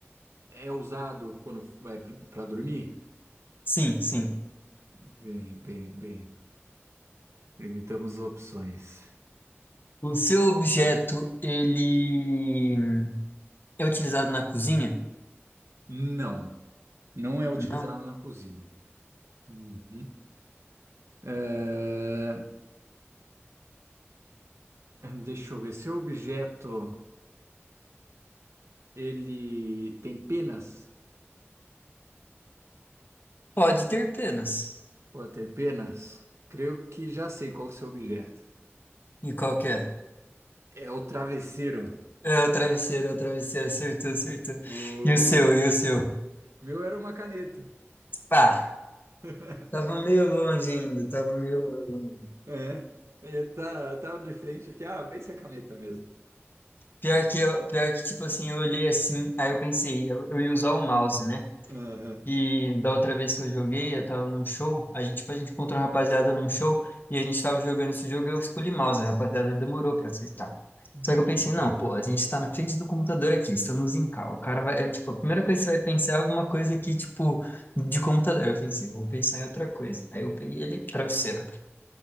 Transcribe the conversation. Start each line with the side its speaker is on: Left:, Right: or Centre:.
Right: é usado quando vai para dormir?
Left: Sim, sim.
Right: Bem, bem, bem. Limitamos as opções.
Left: O seu objeto, ele é utilizado na cozinha?
Right: Não, não é utilizado
Left: Não.
Right: na cozinha. Uhum. Eh, <clears throat> deixa eu ver. Seu objeto, ele tem penas?
Left: Pode ter penas.
Right: Pode ter penas? Creio que já sei qual é o seu objeto.
Left: E qual que é?
Right: É o travesseiro.
Left: É o travesseiro, é o travesseiro, acertou, acertou.
Right: Boa.
Left: E o seu, e o seu?
Right: Meu era uma caneta.
Left: Pá,
Right: <laughs>
Left: tava meio longe ainda, tava meio longe. ainda.
Right: É. E tá, tá de frente aqui, ah, vai ser a caneta mesmo.
Left: Pior que, eu, pior que, tipo assim, eu olhei assim, aí eu pensei, eu, eu ia usar o mouse, né?
Right: Aham.
Left: E da outra vez que eu joguei, eu tava num show. A gente, tipo, a gente encontrou a rapaziada num show e a gente tava jogando esse jogo e eu escolhi mouse. A rapaziada demorou pra aceitar.
Right: Uhum.
Left: Só que eu pensei, não, pô, a gente tá na frente do computador aqui, estamos em call. O cara vai, é, tipo, a primeira coisa que você vai pensar é alguma coisa aqui, tipo, de computador. Eu pensei, vou pensar em outra coisa. Aí eu peguei ele, travesseiro.